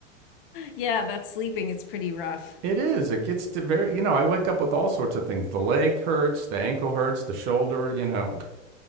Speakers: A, on the left; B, on the right.
A: Yeah, that's sleeping. It's pretty rough.
B: It is. It gets to very. You know, I wake up with all sorts of things. The leg hurts. The ankle hurts. The shoulder. You know,